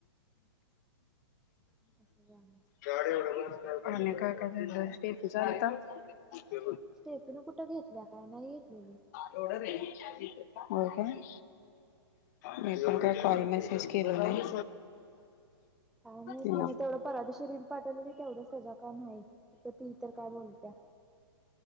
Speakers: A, in the centre; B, on the left.
A: असं झालं
B: गाडी एढ - आणि काय काय झालं स्टेफि चा आलता <unintelligible>
A: स्टेफीन कुठं घेतल्या काय नाही घेतलेली.
B: एवढं रे हो काय. मी पण काय- कॉल मेसेज केला नाही.
A: काय नाही
B: तिनं
A: तिने तेवढं परावादिवशी रील पाठवलेली तेवढं तेझ्यावर का नाही ती इतर काय बोलत्या